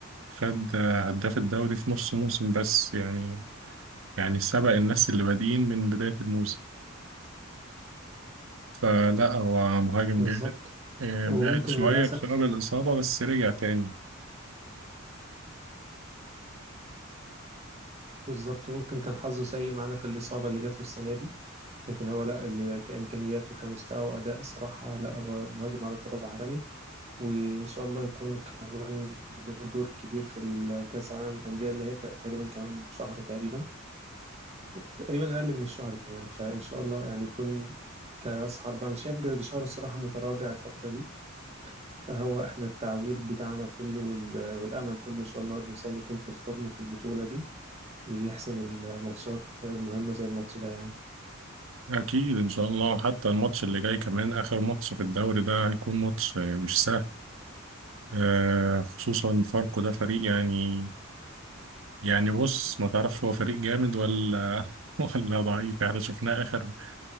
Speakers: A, on the right (about 70°); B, on the right (about 30°).
A: خد آه، هداف الدوري في نص موسم بس يعني يعني سبق الناس اللي بادئين من بداية الموسم فلا هو مهاجم
B: بالظبط
A: جامد آه،
B: وممكن
A: بعد شوية
B: للأسف
A: بسبب الإصابة بس رجع تاني
B: بالظبط ممكن كان حظه سيء معانا في الإصابة اللي جات له السنة دي لكن هو لا اللي كإمكانيات وكمستوى وأداء الصراحة لا هو مهاجم على طراز عالمي وإن شاء الله يكون كمان له دور كبير في الكأس العالم للأندية اللي هيبدأ تقريبا كمان شهر تقريبا تقريبا اقل من الشهر كمان فان شاء الله يعني يكون كراس حرب انا شايف جراديشار الصراحه متراجع الفتره دي فهو احنا التعويل بتاعنا كله وال- والامل كله ان شاء الله ان وسام يكون في الفورمه في البطوله دي ويحسم الماتشات المهمه زي الماتش ده يعني
A: أكيد إن شاء الله حتى الماتش اللي جاي كمان آخر ماتش في الدوري ده هيكون ماتش آه، مش سهل آه، خصوصا فاركو ده فريق يعني يعني بص ما تعرفش هو فريق جامد ولا <laughs> ولا ضعيف احنا شفناه اخر